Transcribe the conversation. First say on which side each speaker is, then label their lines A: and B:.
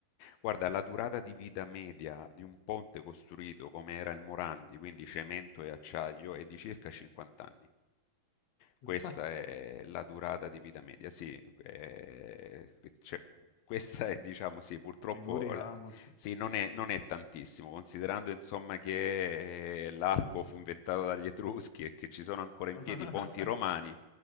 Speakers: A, on the left (about 75°); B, on the left (about 65°).
A: Guarda, la durata di vita media di un ponte costruito come era il Morandi, quindi cemento e acciaio, è di circa 50 anni. Questa
B: <laughs>
A: è la durata di vita media, sì, eh, cioè, questa è, diciamo, sì, purtroppo,
B: figuriamoci.
A: la- sì, non è, non è tantissimo, considerando, insomma, che eh, l'arco fu inventato dagli Etruschi e che ci sono ancora in
B: <laughs>
A: piedi i ponti romani,